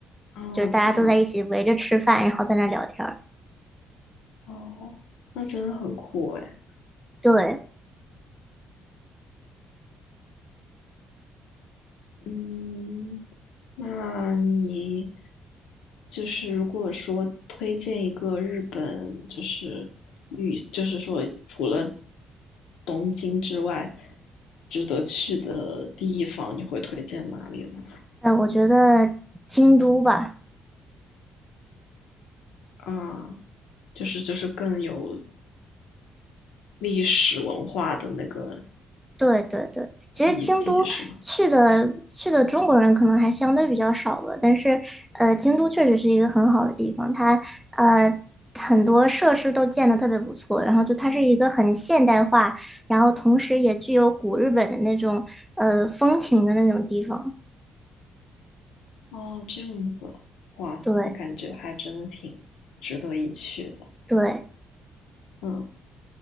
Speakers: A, on the left (about 90°); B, in the centre.
A: 嗯，
B: 就是大家都在一起围着吃饭，
A: 这样。
B: 然后在那聊天儿。
A: 哦，那真的很酷诶。
B: 对，
A: 嗯，那你就是如果说推荐一个日本，就是旅，就是说除了东京之外，值得去的地方，你会推荐哪里呢？
B: 呃，我觉得京都吧。
A: 啊，就是就是更有历史文化的那个
B: 对对对，其实京都去的去的中国人可能还相对比较少吧，
A: 遗迹是吗？
B: 但是呃，京都确实是一个很好的地方，它呃很多设施都建的特别不错，然后就它是一个很现代化，然后同时也具有古日本的那种呃风情的那种地方。
A: 哦，这样子，哇，
B: 对
A: 那感觉还真的挺值得一去的。
B: 对，
A: 嗯。